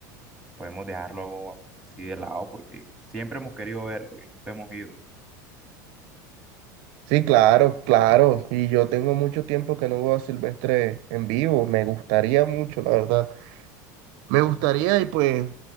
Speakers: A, in the centre; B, on the right (about 65°).
A: podemos dejarlo así de lado porque siempre hemos querido verlo y nunca hemos ido.
B: Sí, claro, claro. Y yo tengo mucho tiempo que no veo a Silvestre en vivo. Me gustaría mucho, la verdad. Me gustaría y pues,